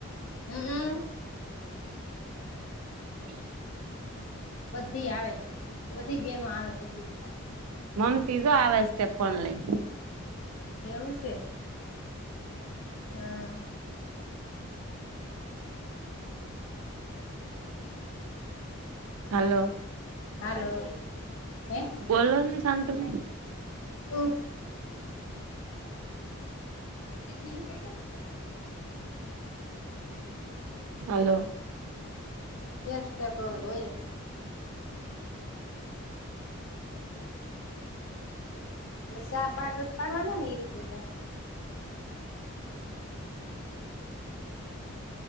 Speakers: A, on the left; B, on the right.
A: હમ હમ
B: હ
A: બધી આવે છે. બધી બનો આવે છે શીખવા.
B: મમ તીજો આવે છે ફોન લઈને.
A: એવું છે? હમ
B: હલો!
A: હાલો, હે
B: બોલોવ ને સાંતુબે ન?
A: હમ એટ છે <inaudible>
B: હાલો,
A: એક સ્ટેપ હોય. ચાર પાઠ પાડવાના ને એ રીતે તમે?